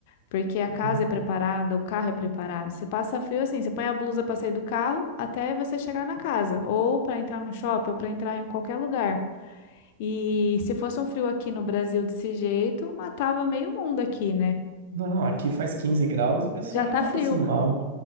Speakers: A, on the left; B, on the right.
A: Porque a
B: uhum.
A: casa é preparada, o carro é preparado. Você passa frio assim, você põe a blusa para sair do carro até você chegar na casa, ou para entrar no shopping, ou para entrar em qualquer lugar. E se fosse um frio aqui no Brasil desse jeito, matava meio mundo aqui, né?
B: Não, aqui faz 15 graus, o pessoal
A: Já tá
B: já tá
A: frio.
B: passando mal,